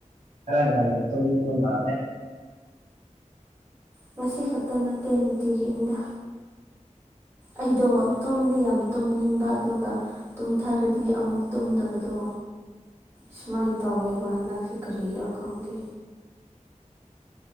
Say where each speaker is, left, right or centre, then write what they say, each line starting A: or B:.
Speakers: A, on the right; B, on the right.
A: ꯈꯔ ꯉꯥꯜꯅ ꯇꯨꯝꯅꯤꯡꯕ ꯃꯥꯜꯂꯦ꯫
B: ꯉꯁꯤ ꯈꯛꯇ ꯅꯠꯇꯦ ꯅꯨꯡꯇꯤꯒꯤꯅꯤꯗ꯫ ꯑꯩꯗꯣ ꯇꯨꯝꯗꯤ ꯌꯥꯝ ꯇꯨꯝꯅꯤꯡꯕ ꯑꯗꯨꯒ ꯇꯨꯝꯊꯔꯗꯤ ꯑꯃꯨꯛ ꯇꯨꯝꯗꯕꯗꯣ꯫
A: <inaudible>
B: ꯁꯨꯃꯥꯏꯅ ꯇꯧꯋꯦꯕ ꯍꯟꯗꯛꯁꯦ ꯀꯔꯤꯒꯤꯔ ꯈꯪꯗꯦ꯫